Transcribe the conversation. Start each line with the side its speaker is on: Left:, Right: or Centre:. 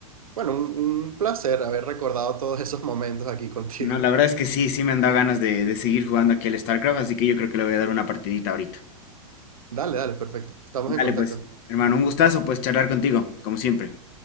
Right: Bueno, un, un placer haber recordado todos esos momentos aquí contigo.
Left: No, la verdad es que sí, sí me han dado ganas de, de seguir jugando aquí al StarCraft, así que yo creo que le voy a dar una partidita ahorita.
Right: <laughs> Dale, dale, perfecto. Estamos
Left: Dale,
Right: en contacto.
Left: pues, hermano, un gustazo, pues, charlar contigo, como siempre.